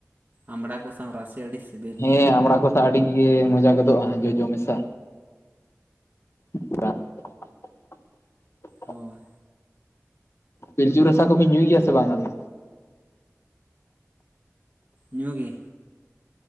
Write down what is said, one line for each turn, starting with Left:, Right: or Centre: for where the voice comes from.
Right: ᱟᱢᱲᱟ ᱠᱚ ᱥᱟᱶ ᱨᱟᱥᱮ ᱟᱹᱰᱤ ᱥᱤᱵᱤᱞ᱾
Left: ᱦᱮᱸ ᱟᱢᱲᱟ ᱠᱚ ᱟᱹᱰᱤ ᱜᱮ ᱢᱚᱡᱟ ᱜᱚᱫᱚᱜᱼᱟ ᱡᱚᱡᱚ ᱢᱮᱥᱟ᱾ <unintelligible>
Right: ᱦᱳᱭ
Left: ᱯᱤᱞᱪᱩ ᱨᱟᱥᱟ ᱠᱚᱵᱤᱱ ᱧᱩᱭ ᱜᱮᱭᱟ ᱥᱮ ᱵᱟᱝ ᱟᱵᱮᱱ?
Right: ᱧᱩ ᱜᱮ᱾